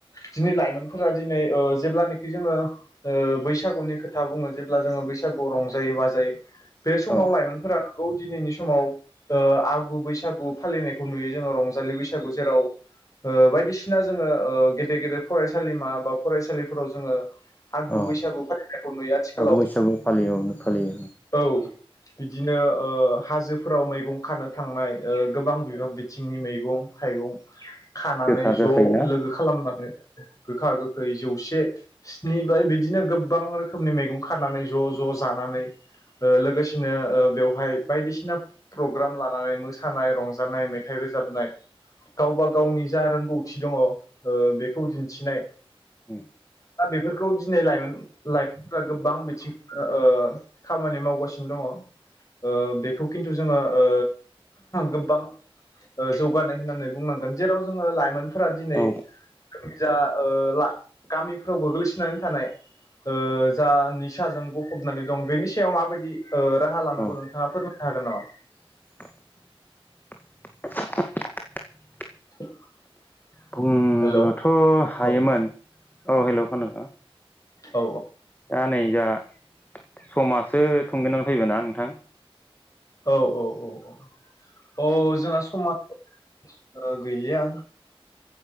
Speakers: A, on the left; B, on the left.
A: दिनै लाइमोनफोरा दिनै ओ जेब्लानखि जोङो ओ बैसागुनि खोथा बुङो जेब्ला जोङो बै बैसागु रंजायो बाजायो बे समाव
B: औ
A: लाइमोनफोरा दिनैनि समाव ओ आगु बैसागु फालिनायखौ नुयो जोङो रंजालि बैसागु जेराव ओ बायदिसिना जोङो ओ गेदेर गेदेर फरायसालिमा बा फरायसालिफोराव जोङो आगु
B: औ
A: बैसागु फालिनायखौ नुयो आथिखालाव
B: आगु बैसागु फालियो औ फालियो
A: औ दिनो ओ हाजोफोराव मैगं खारानो थांनाय ओ गोबां बिबां
B: औ
A: बिथिंनि मै गं थाइगं खानानै
B: गोखा
A: ज'
B: गोखै ना
A: लोगो खालामनानो गोखा गोखै जौसे स्नि बाय बिदिनो गोबां रोखोमनि मैगं खानानै ज' ज' जाना नै लोगोस दिनो ओ बेवहाय बायदिसिना प्रग्राम लानानै मोसानाय रंजानाय मेथाइ रोजाबनाय गावबा गावनि जा रोंगौथि दङ ओ बेखौ दिन्थिनाय
B: उ।
A: बा बेफोरखौ दिनै लाइमोन-लाइमोनफोरा गोबां बिथिङावनो ओ खामानि मावगासिन जों दङ ओ बेखौ खिन्थु जोङो ओ गोबां ओ जौगानाय होननानै बुंनांगोन जेराव जोङो लाइमोनफोरा दिनै
B: औ
A: <unintelligible> जा ओ ला गामिफ्राव गोग्लैसोनानै थानाय ओ जा निसाजों गफबनानै दं बेनि सायाव माबादि ओ राहा लानांगौ
B: औ
A: नोंथाङा फोरमायनो हागोन नामा?
B: <inaudible> <inaudible>
A: <unintelligible>
B: बुंनोथ'
A: हेलौ
B: हायोमोन
A: औ
B: औ हेल' खोनादों।
A: औ
B: दा नै या समासो थुंगिनां फैबाय ना नोंथां।
A: औ औ औ अ औ जोंहा समा ओ गैलिया